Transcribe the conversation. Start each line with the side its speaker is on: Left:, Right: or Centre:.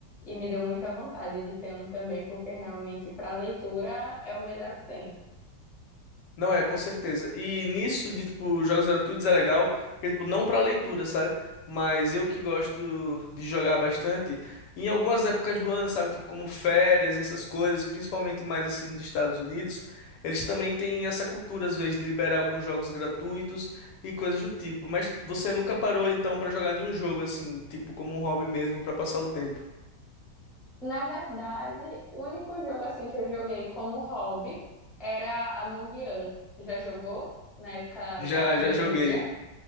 Centre: e me deu muita vontade de ter um também, porque realmente para leitura é o melhor que tem.
Left: Não é, com certeza. E nisso de tipo jogos gratuitos é legal, porque tipo não pra leitura, sabe? Mas eu que gosto de jogar bastante em algumas épocas do ano, sabe? Tipo como férias, essas coisas, principalmente mais assim nos Estados Unidos, eles também têm essa cultura às vezes de liberar alguns jogos gratuitos e coisas do tipo. Mas você nunca parou então pra jogar nenhum jogo assim, tipo como um hobby mesmo pra passar o tempo?
Centre: Na verdade, o único jogo assim que eu joguei como hobby era Among Us. Já jogou? Na época
Left: Já,
Centre: da pandemia.
Left: já joguei.